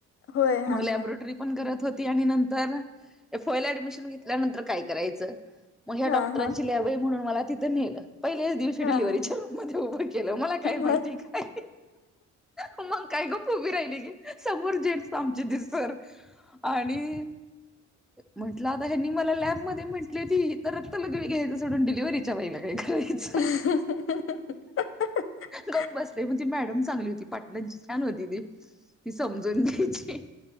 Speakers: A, on the left; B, in the centre.
A: होय हा
B: लॅबोरेटरी.
A: हा
B: करत होती, आणि नंतर ए फयला ऍडमिशन घेतल्यानंतर काय करायचं. मग ह्या
A: हा
B: डॉक्टरांची
A: हा
B: लॅब आहे म्हणून मला तिथं नेलं पहिल्याच दिवशी
A: हा
B: डिलिव्हीच्या
A: हा
B: रूम मध्ये उभं केलं, मला काय माहिती
A: मग
B: काय. मग काय ग उभी राहिली की समोर जें्न्स आमची दिसर आणि
A: ह <unintelligible>
B: म्हटलं आता हे नी मला लॅबमध्ये म्हटली ती तर रक्त लगवी घ्यायच सडून डिलिव्हीच्या वईला काय करायचं
A: हाह
B: कप बसले म्हणजे मॅडम चांगली होती पाटलाची छान होती ती ती समजून घ्यायची